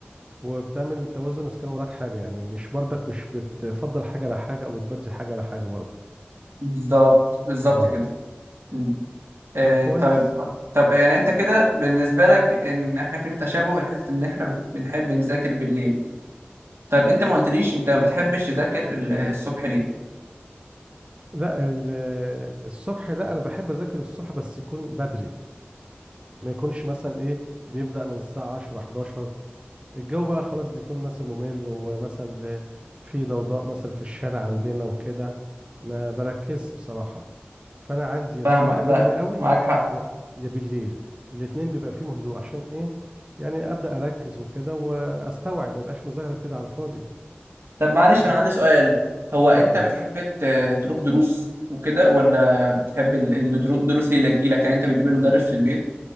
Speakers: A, on the right; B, on the right.
A: وبتعمل توازن اذا كان وراك حاجة يعني مش برضك مش بتفضل حاجة على حاجة او بتبدي حاجة على حاجة برضك
B: بالظبط بالظبط
A: اه
B: كده مم. أه
A: طب كويس
B: طيب طب يعني انت كده بالنسبه لك ان احنا فين تشابه لحته ان احنا بنحب نذاكر بالليل طيب انت ما قلتليش انت ما بتحبش تذاكر الصبح ليه
A: لا ال- آه، الصبح لا انا بحب اذاكر الصبح بس يكون بدري ما يكونش مثلا ايه بيبدأ من الساعة 10 11 الجو بقى خلاص بيكون مثل ممل ومثل في ضوضاء مثل في الشارع عندنا وكده ما بركزش بصراحة فأنا عندي يا
B: فاهمك
A: الصبح بدري
B: لا
A: قوي
B: معاك حق
A: يا يا بالليل الاتنين بيبقى فيهم هدوء عشان إيه يعني أبدأ أركز وكده وأستوعب ما يبقاش مذاكرة كده على الفاضي
B: طب معلش
A: بس
B: انا عندي سؤال هو انت
A: اتفضل
B: بتحب ت- تروح دروس وكده ولا بتحب ال- الدرو- الدروس هي اللي تجيلك يعني انت بتجيب المدرس في البيت